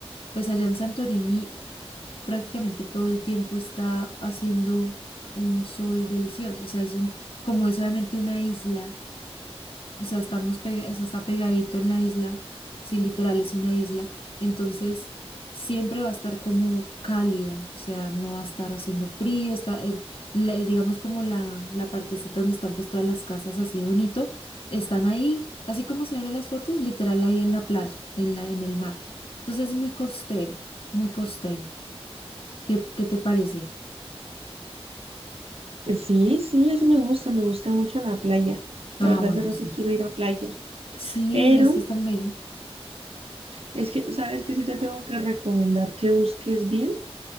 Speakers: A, on the left (about 60°); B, on the right (about 65°).
A: Pues allá en Santorini prácticamente todo el tiempo está haciendo un sol delicioso, o sea, es un, como es obviamente una isla. O sea, estamos pega- o sea, está pegadito en la isla, sí, literal es una isla, entonces siempre va a estar como cálida, o sea, no va a estar haciendo frío, está, el- la- digamos como la, la partecita donde están pues todas las casas así bonito, están ahí, así como se ven en las fotos, literal ahí en la playa, en la, en el mar. Entonces es muy costero, muy costero. ¿Qué, qué te parece?
B: Ujú. Sí, sí, eso me gusta, me gusta mucho la playa.
A: Ah,
B: La verdad,
A: bueno,
B: hace rato
A: sí.
B: quiero ir a playa,
A: Sí,
B: pero
A: es que es tan bello.
B: es que, ¿sabes que Sí te tengo que recomendar que busques bien.